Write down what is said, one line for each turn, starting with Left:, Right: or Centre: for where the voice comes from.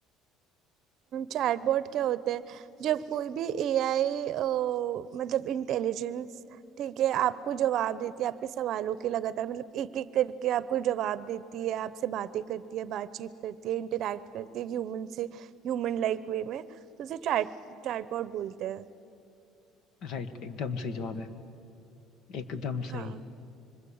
Right: चैटबॉट क्या होता है जब कोई भी एआई मतलब इंटेलिजेंस ठीक है आपको जवाब देती है आपके सवालों के लगातार मतलब एक एक करके आपको जवाब देती है आपसे बातें करती है बातचीत करती है इंटरेक्ट करती है ह्यूमन से ह्यूमन लाइक वे में तो उसे चैट चैटबॉट बोलते हैं
Left: राइट एकदम सही जवाब है एकदम
Right: हाँ
Left: सही